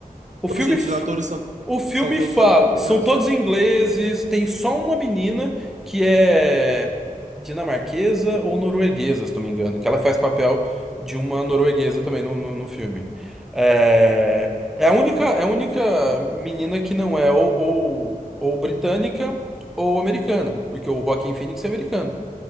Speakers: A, in the centre; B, on the right.
A: O filme,
B: gente,
A: f-
B: os atores são,
A: o filme
B: são todos
A: fala,
B: americanos?
A: são todos ingleses, tem só uma menina que é dinamarquesa ou norueguesa, se não me engano, que ela faz papel de uma norueguesa também no, no, no filme. É, é a única, é a única menina que não é ou, ou, ou britânica ou americana, porque o Joaquin Phoenix é americano.